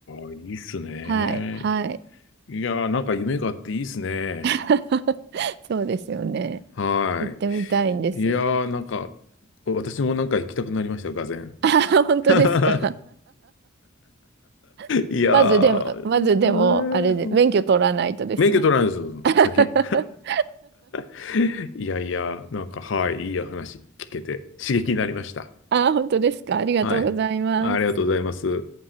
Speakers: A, on the left (about 65°); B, on the right (about 55°).
A: あ、いいっすね。
B: はいはい。
A: いやー、なんか夢があっていいっすね。
B: <laughs> そうですよね。
A: は
B: 行ってみたいんです。
A: い。いやー、なんか、私もなんか行きたくなりました、がぜん。
B: <laughs> あ本当ですか。
A: <laughs>
B: <laughs>
A: いやー、
B: まずでも、まずでも、
A: えー
B: あれで、免許取らないとですね。
A: 免許取らないですよ、
B: <laughs>
A: 先。<laughs> いやいや、なんか、はい、いい話聞けて、刺激になりました。
B: あ、本当ですか。ありがとうございます。
A: はい。ありがとうございます。